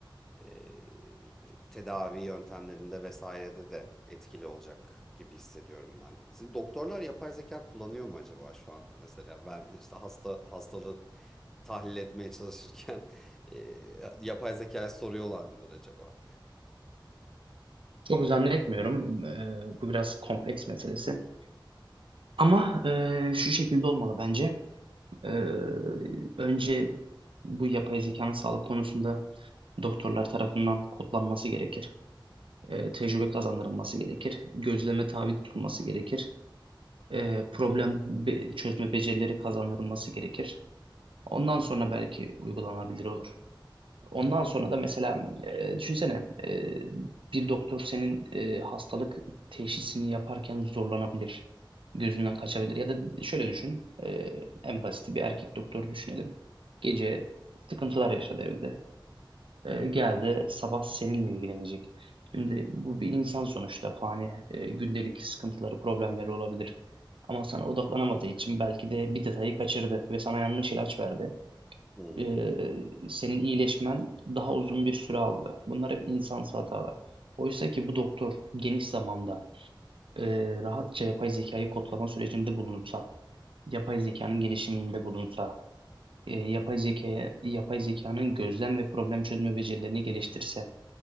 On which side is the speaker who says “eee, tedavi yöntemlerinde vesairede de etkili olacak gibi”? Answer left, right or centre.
Centre